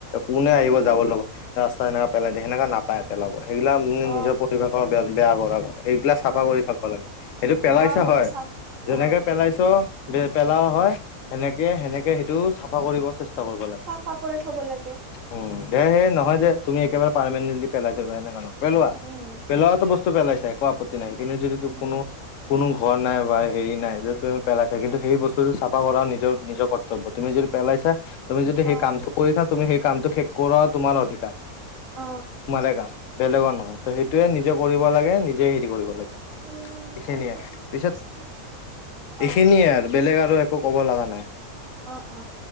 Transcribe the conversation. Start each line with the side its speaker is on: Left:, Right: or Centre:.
Left: কোনে
Right: উম
Left: আহিব য ৰাস্তা এনেকা পেলাই দিয়ে সেনেকা নাপাই পেলাব সেইগিলা
Right: অ
Left: নিজৰ পৰিৱেশৰ বেয়া কৰা হয়। এইবিলাক
Right: অ
Left: চাফা কৰি থাকব লাগে সেইটো পেলাইছা
Right: অ সেইবোৰ
Left: হয়
Right: চাফ
Left: যেনেকে
Right: অ
Left: পেলাইছ। পেলাও হয় সেনেকে সেনেকে সেইটো চাফা কৰিব চেষ্টা। কৰিব লাগে।
Right: চাফা কৰি থব লাগে
Left: উম। দে হে নহয় দে তুমি একেবাৰে পাৰেণ্টলি পেলাই থবা সেনেকা নহয় পেলোৱা
Right: উম উম
Left: পেলোৱাতো বস্তু। পেলাইছা একো আপত্তি নাই কিন্তু যদি
Right: উম
Left: কো কোনো। ঘৰ নাই বা হেৰি নাই যদি তুমি পেলাইছা কিন্তু সেই বস্তুটো চাফা কৰা নিজৰ নিজৰ কৰ্তব্য তুমি যদি পেলাই। ছা তুমি যদি
Right: অ
Left: সেই কামটো
Right: তাতে
Left: কৰিছা তুমি সেই কামটো শেষ কৰা তোমাৰ অধিকাৰ।
Right: অ
Left: তোমাৰে কাম বেলেগৰ নহয়। সেতোৱে নিজে কৰিব লাগে নিজে হেৰি কৰিব লাগে
Right: উম
Left: এইখিনিয়ে
Right: তাকে ঠিকে
Left: পিছত।
Right: কৈছা অ
Left: এইখিনিয়ে আৰু। বেলেগ আৰু একো ক'ব লগা নাই
Right: অ অ